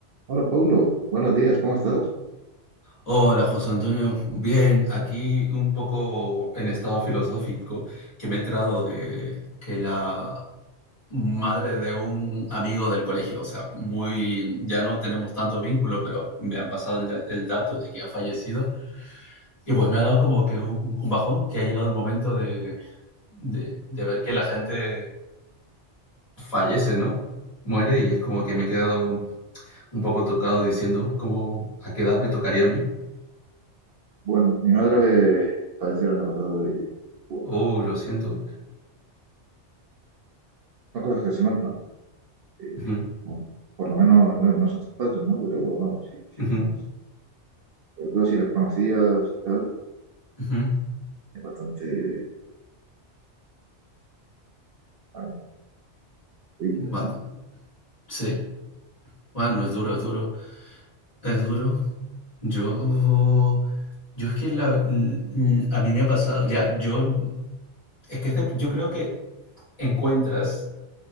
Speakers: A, on the right; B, on the left.
A: Hola, Paulo. Buenos días, ¿cómo estás?
B: Hola José Antonio, bien, aquí un poco en estado filosófico, que me he enterado de que la madre de un amigo del colegio, o sea, muy, ya no tenemos tanto vínculo, pero me han pasado el, da- el dato de que ha fallecido y pues me ha dado como que un, un bajón, que ha llegado el momento de, de, de ver que la gente fallece, ¿no? Muere y es como que me he quedado un poco tocado diciendo, ¿cómo, a qué edad me tocaría a mí?
A: Bueno, mi madre eh, padeció el año pasado y, bueno,
B: Oh, lo siento.
A: son cosas que se notan. eh,
B: Ujú.
A: bueno, por lo menos no, no son tus padres, ¿no? Pero, bueno, sí, sí
B: Ujú,
A: se notan. Sobre todo si las conocías y tal,
B: ujú.
A: es bastante ah, horrible, ¿no?
B: Va-
A: No
B: sí,
A: sé.
B: bueno, es duro, es duro, es duro. Yo, yo es que la, l- a mí me ha pasado, ya, yo, es que es de- yo creo que encuentras,